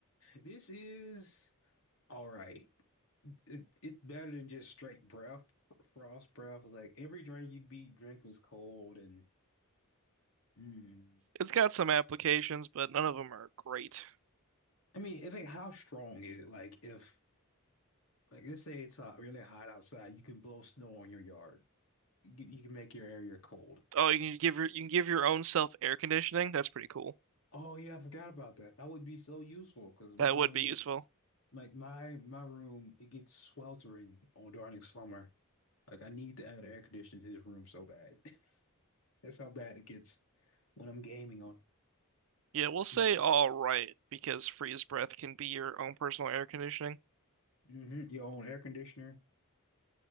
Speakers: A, on the left; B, on the right.
A: This is all right. It- it's better than just straight breath, frost breath. Like every drink you'd be drink was cold and Mm.
B: it's got some applications, but none of them are great.
A: I mean, if it, how strong is it? Like if like let's say it's uh, really hot outside, you can blow snow on your yard. You, you can make your area cold.
B: Oh, you can give your you can give your own self air conditioning. That's pretty cool.
A: Oh yeah, I forgot about that. That would be so useful because my
B: That
A: room
B: would be useful.
A: is like my my room, it gets sweltering on during summer. Like I need to add air conditioning to this room so bad. <laughs> That's how bad it gets when I'm gaming on it.
B: Yeah, we'll say
A: My,
B: all right because freeze breath can be your own personal air conditioning.
A: hmm Your own air conditioner.